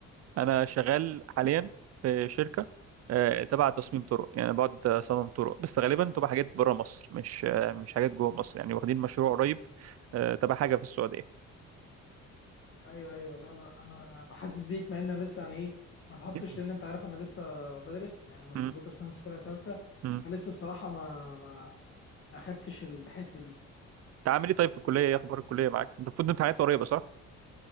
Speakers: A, on the right; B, on the left.
A: انا شغال حاليا في شركه آه، تبع تصميم طرق يعني أنا بقعد اصمم طرق بس غالبا تبقى حاجات بره مصر مش آه، مش حاجات جوه مصر يعني واخدين مشروع قريب آه، تبع حاجه في السعوديه
B: ايوه ايوه لا لا انا حاسس بيك مع ان انا لسه يعني ايه ما اتحطش
A: <laughs>
B: لان انت عارف انا لسه بدرس يعني انا
A: امم
B: كمبيوتر ساينس فرقه ثالثه
A: امم
B: فلسه الصراحه ما ما ما خدتش الحته دي
A: انت عامل ايه طيب في الكليه ايه اخبار الكليه معاك انت المفروض امتحانات قريبه صح